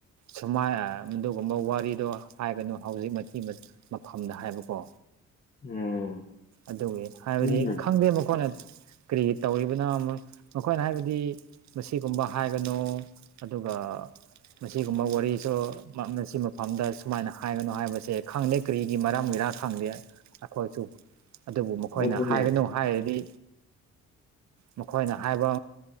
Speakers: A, on the right; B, on the left.
A: ꯁꯨꯃꯥꯏ ꯑꯗꯨꯒꯨꯝꯕ ꯋꯥꯔꯤꯗꯣ ꯍꯥꯏꯒꯅꯨ ꯍꯧꯖꯤꯛ ꯃꯤ ꯃꯐꯝꯗ ꯍꯥꯏꯕꯀꯣ
B: ꯎꯝ
A: ꯑꯗꯨꯒꯤ ꯍꯥꯏꯕꯗꯤ
B: ꯎꯝ
A: ꯈꯪꯗꯦ ꯃꯈꯣꯏꯅ ꯀꯔꯤ ꯇꯧꯔꯤꯕꯅꯣ ꯃꯈꯣꯏꯅ ꯍꯥꯏꯕꯗꯤ ꯃꯁꯤꯒꯨꯝꯕ ꯍꯥꯏꯒꯅꯨ ꯑꯗꯨꯒ ꯑꯥ ꯃꯁꯤꯒꯨꯝꯕ ꯋꯥꯔꯤꯁꯨ ꯃꯁꯤ ꯃꯐꯝꯗ ꯁꯨꯃꯥꯏꯅ ꯍꯥꯏꯒꯅꯣ ꯍꯥꯏꯕꯁꯦ ꯈꯪꯗꯦ ꯀꯔꯤꯒꯤ ꯃꯔꯝ ꯑꯣꯏꯔ ꯈ ꯑꯩ ꯑꯗꯨꯕꯨ ꯃꯈꯣꯏꯅ
B: ꯑꯗꯨꯅꯦ
A: ꯍꯥꯏꯒꯅꯨ ꯍꯥꯏꯔꯗꯤ ꯃꯈꯣꯏꯅ ꯍꯥꯏꯕ